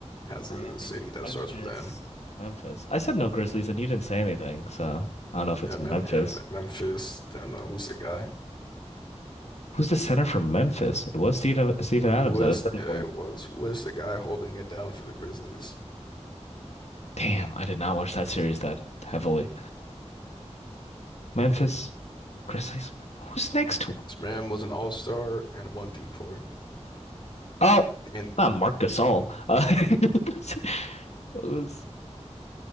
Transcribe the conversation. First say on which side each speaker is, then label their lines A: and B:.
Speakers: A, on the left; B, on the left.
A: has
B: Miami.
A: a city that
B: Memphis.
A: starts with M?
B: Memphis. I said no Grizzlies, and you didn't say anything, so I don't know if
A: Yeah,
B: it's
A: Mem
B: Memphis.
A: yeah, Me- Memphis. Then uh, who's the guy?
B: Who's the center for Memphis? It was Steven, Steven Adams
A: Who
B: at
A: is?
B: a certain
A: Yeah,
B: point.
A: it was. Who is the guy holding it down for the Grizzlies?
B: Damn, I did not watch that series that heavily. Memphis Grizzlies. Who's next to him?
A: This man was an all-star and one D-Poor.
B: Oh,
A: And
B: not Mark Gasol. Uh, <laughs> it was